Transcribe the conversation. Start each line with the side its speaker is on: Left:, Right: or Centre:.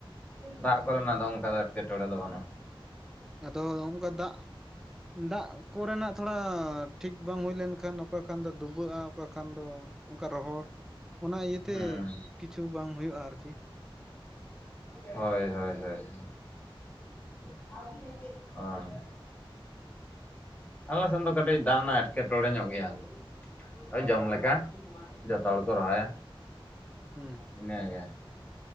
Left: ᱫᱟᱜ ᱠᱚᱨᱮᱱᱟᱜ ᱫᱚ ᱚᱱᱠᱟ ᱫᱚ ᱮᱴᱠᱮᱴᱬᱮ ᱫᱚ ᱵᱟᱹᱱᱩᱜᱼᱟ᱾
Centre: ᱟᱫᱚ ᱝᱠᱟ ᱫᱟᱜ ᱫᱟᱜ ᱠᱚᱨᱮᱱᱟᱜ ᱛᱷᱚᱲᱟ ᱴᱷᱤᱠ ᱵᱟᱝ ᱦᱩᱭ ᱞᱮᱱᱠᱷᱟᱱ ᱚᱠᱟ ᱠᱷᱟᱱ ᱫᱚ ᱰᱩᱵᱟᱹᱜᱼᱟ ᱚᱠᱟ ᱠᱷᱟᱱ ᱫᱚ ᱚᱱᱠᱟ ᱨᱚᱦᱚᱲ ᱚᱱᱟ ᱤᱭᱟᱹᱛᱮ
Left: ᱦᱩᱸ
Centre: ᱠᱤᱪᱷᱩ ᱵᱟᱝ ᱦᱩᱭᱩᱜᱼᱟ ᱟᱨᱠᱤ
Left: ᱦᱳᱭ ᱦᱳᱭ ᱦᱳᱭ ᱚ ᱟᱞᱮ ᱥᱮᱮᱫ ᱫᱚ ᱠᱟᱹᱴᱤᱡ ᱫᱟᱢ ᱨᱮᱱᱟᱜ ᱮᱸᱴᱠᱮᱴᱚᱬᱮ ᱧᱚᱜ ᱜᱮᱭᱟᱳ ᱡᱚᱢ ᱞᱮᱠᱟ ᱡᱚᱛᱚ ᱦᱚᱲ ᱠᱚ ᱨᱚᱦᱚᱭᱟ
Centre: ᱦᱮᱸ
Left: ᱤᱱᱟᱹ